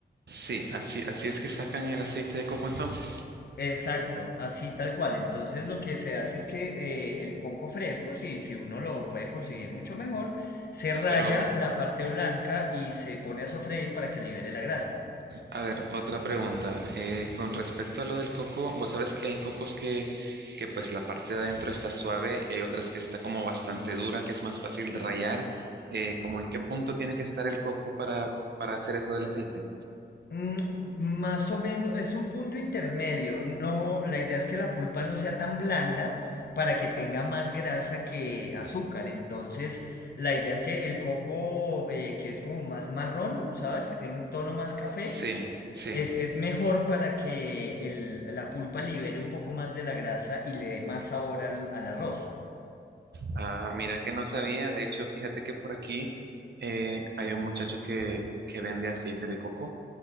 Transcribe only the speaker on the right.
sí, así, así es que sacan el aceite de coco entonces.
Pero,
a ver, otra pregunta. eh, con respecto a lo del coco, vos sabés que hay cocos que, que pues la parte de adentro está suave y hay otras que está como bastante dura, que es más fácil de rallar. Eh, ¿cómo en qué punto tiene que estar el coco para, para hacer eso del aceite?
Sí, sí.
Ah, mira que no sabía. De hecho, fíjate que por aquí eh, hay un muchacho que, que vende aceite de coco,